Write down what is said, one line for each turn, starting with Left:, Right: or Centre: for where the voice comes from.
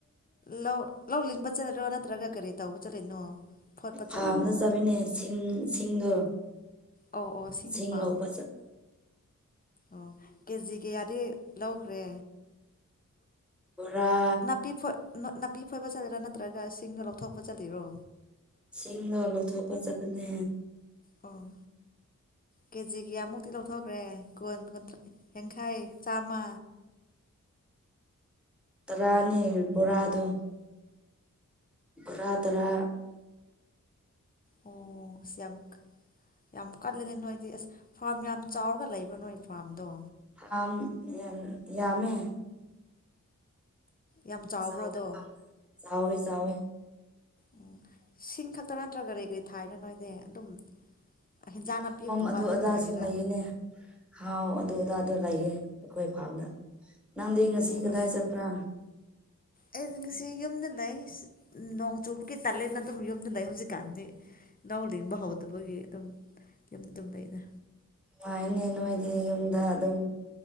Left: ꯂꯧ ꯂꯧ ꯂꯤꯡꯕ ꯆꯠꯂꯤꯔꯣ ꯅꯠꯇ꯭ꯔꯒ ꯀꯔꯤ ꯇꯧꯕ ꯆꯠꯂꯤꯅꯣ ꯐꯣꯠꯄ ꯆꯠꯂꯤꯅꯣ
Centre: <unintelligible> ꯆꯥꯕꯤꯅꯦ ꯁꯤꯡ ꯁꯤꯡꯗꯣ
Left: ꯑꯣ ꯑꯣ ꯁꯤꯡꯒꯤ
Centre: ꯁꯤꯡ
Left: ꯄꯥꯝ
Centre: ꯂꯧꯕ ꯆꯠꯄ
Left: ꯑꯣ ꯀꯦꯖꯤ ꯀꯌꯥꯗꯤ ꯂꯧꯈ꯭ꯔꯦ
Centre: ꯕꯣꯔꯥ
Left: ꯅꯥꯄꯤ ꯐꯣꯏ ꯅꯥꯄꯤ ꯐꯣꯏꯕ ꯆꯠꯂꯤꯔꯥ ꯅꯠꯇ꯭ꯔꯒ ꯁꯤꯡꯗꯣ ꯂꯧꯊꯣꯛꯄ ꯆꯠꯂꯤꯔꯣ
Centre: ꯁꯤꯡꯗꯣ ꯂꯧꯊꯣꯛꯄ ꯆꯠꯄꯅꯦ
Left: ꯑꯣ ꯀꯦꯖꯤ ꯀꯌꯥꯃꯨꯛꯇꯤ ꯂꯧꯊꯣꯛꯈ꯭ꯔꯦ ꯀꯨꯟ ꯀꯨꯟꯊꯔꯥ ꯌꯥꯡꯈꯩ ꯆꯥꯝꯃ
Centre: ꯇꯔꯥꯅꯤ ꯕꯣꯔꯥꯗꯣ ꯕꯣꯔꯥ ꯇꯔꯥ
Left: ꯑꯣ ꯑꯁ ꯌꯥꯝ ꯀ ꯌꯥꯝ ꯀꯜꯂꯦꯅꯦ ꯅꯣꯏꯗꯤ ꯑꯁ ꯐꯥꯔꯝ ꯌꯥꯝ ꯆꯥꯎꯔꯒ ꯂꯩꯕ꯭ꯔꯥ ꯅꯣꯏ ꯐꯥꯔꯝꯗꯣ
Centre: ꯐꯥꯝ ꯌꯥꯝ ꯌꯥꯝꯃꯦ
Left: ꯌꯥꯝ ꯆꯥꯎꯕ꯭ꯔꯥꯗꯣ
Centre: ꯆꯥꯎꯋꯦ ꯐꯥꯝꯅ ꯆꯥꯎꯋꯦ ꯆꯥꯎꯋꯦ
Left: ꯎꯝ ꯁꯤꯡ ꯈꯛꯇ ꯅꯠꯇ꯭ꯔ ꯀꯔꯤ ꯀꯔꯤ ꯊꯥꯏꯅꯣ ꯅꯣꯏꯗꯤ ꯑꯗꯨꯝ ꯍꯤꯟꯖꯥꯡ
Centre: ꯀꯤꯍꯣꯝ
Left: ꯅꯥꯄꯤꯒꯨꯝꯕ
Centre: ꯑꯗꯨ
Left: ꯑꯗꯨꯝ
Centre: ꯑꯗꯥꯁꯨ
Left: ꯊꯥꯏꯔꯥ
Centre: ꯂꯩꯌꯦꯅꯦ ꯍꯥꯎ ꯑꯗꯨ
Left: ꯑꯣ
Centre: ꯗꯑꯗꯨ ꯂꯩꯌꯦ ꯑꯩꯈꯣꯏ ꯐꯥꯔꯝꯗ ꯅꯪꯗꯤ ꯉꯁꯤ
Left: ꯑꯣ
Centre: ꯀꯗꯥꯏ
Left: ꯑꯁ
Centre: ꯆꯠꯄ꯭ꯔꯥ
Left: ꯑꯩꯗꯤ ꯉꯁꯤ ꯌꯨꯝꯗ ꯂꯩ ꯑꯩꯁꯨ ꯎꯝ ꯅꯣꯡ ꯆꯨꯕꯒꯤ ꯇꯜꯂꯦꯅ ꯑꯗꯨꯝ ꯌꯨꯝꯗ ꯂꯩ ꯍꯧꯖꯤꯛꯀꯥꯟꯗꯤ ꯂꯧ ꯂꯤꯡꯕ ꯍꯧꯗꯕꯒꯤ ꯑꯗꯨꯝ ꯌꯨꯝꯗ ꯑꯗꯨꯝ ꯂꯩꯗ
Centre: ꯅꯨꯡꯉꯥꯏꯌꯦꯅꯦ ꯅꯣꯏꯗꯤ ꯌꯨꯝꯗ ꯑꯗꯨꯝ